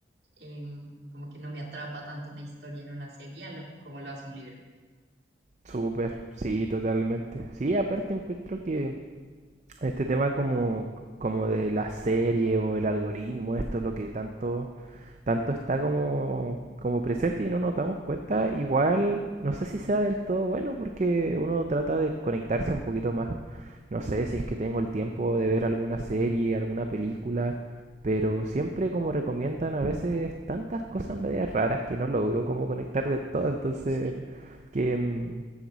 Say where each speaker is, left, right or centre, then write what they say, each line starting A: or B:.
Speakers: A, on the right; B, on the right.
A: em, como que no me atrapa tanto una historia en una serie a lo- como lo hace un libro.
B: Súper, sí, totalmente. Sí, aparte encuentro que este tema como, como de la serie o el algoritmo, esto es lo que tanto, tanto está como, como presente y no nos damos cuenta, igual no sé si sea del todo bueno porque uno trata de conectarse un poquito más No sé si es que tengo el tiempo de ver alguna serie, alguna película, pero siempre como recomiendan a veces tantas cosas medias raras que no logro como conectar del todo, entonces
A: Sí,
B: que mm,